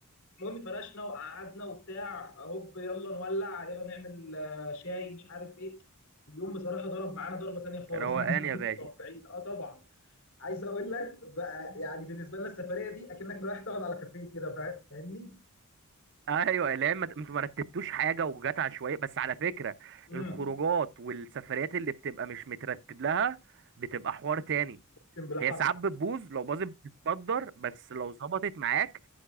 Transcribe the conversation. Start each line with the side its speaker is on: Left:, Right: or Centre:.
Left: المهم فرشنا وقعدنا وبتاع هوب يلا نولع يلا نعمل آه، شاي مش عارف ايه اليوم بصراحه ضرب معانا ضربه تانيه خالص
Right: روقان
Left: عكس ما
Right: يا
Left: كنا
Right: باشا
Left: متوقعين اه طبعا عايز اقول لك بقى يعني بالنسبه لنا السفريه دي اكنك رايح تقعد على كافيه كده فا- فاهمني
Right: ايوه اللي هي ما انتوا ما رتبتوش حاجه وجات عشوائيه بس على فكره
Left: امم
Right: الخروجات والسفريات اللي بتبقى مش مترتب لها بتبقى حوار تاني
Left: اقسم بالله
Right: هي
Left: حصل
Right: ساعات بتبوظ لو باظت بتتصدر بس لو ظبطت معاك